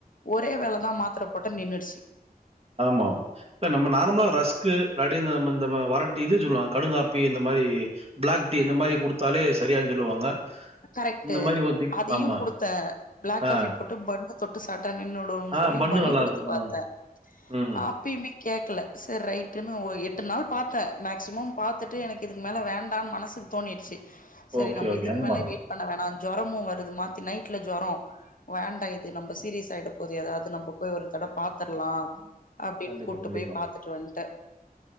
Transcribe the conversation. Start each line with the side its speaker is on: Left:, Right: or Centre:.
Left: ஒரே வேலதா மாத்திரை போட்ட நின்னுடுச்சு
Right: ஆமா ம் இல்ல நம்ம நார்மலா ரஸ்கு ரடி நம்ம இந்த வரட்டி இது சொல்லுவா கடுங்காப்பி இந்த மாரி பிளாக் டீ இந்த மாரி குடுத்தாலே சரியாகு சொல்லுவாங்க
Left: கரெக்ட்டு
Right: இந்த மாரி ஒரு திக்
Left: அதையு
Right: ஆமா.
Left: குடுத்தே பிளாக் காபி
Right: ஆ.
Left: போட் பண்ண தொட்டு சாப்டா நின்னுடுனு
Right: ஆ
Left: சொல்லி
Right: பன்னு
Left: பண்ணு
Right: நல்லாருக்கும்.
Left: குடுத்து பாத்தே
Right: ஆ. ம்.
Left: அப்பயுமே கேக்கல சரி ரைட்டுன்னு எட்டு நாள் பாத்தே மேக்சிமம் பாத்துட்டு எனக்கு இதுக்கு மேல வேண்டாம் மனசுக் தோணிடுச்சு சரி
Right: ஓகே,
Left: நம்ம
Right: ஓகே.
Left: இதுக்கு
Right: ஆமா.
Left: மேலே வெயிட் பண்ண வேணா ஜொரமு வருது மாத்தி நைட்ல ஜொர வேண்டா இது நம்ம சீரியஸ் ஆயிட போது ஏதாவது நம்ம போய் ஒரு தட பாத்துரலா அப்படின்
Right: கண்டிப்பா,
Left: கூட்டு
Right: கண்டிப்பா.
Left: போய் பாத்துட்டு வந்ட்டே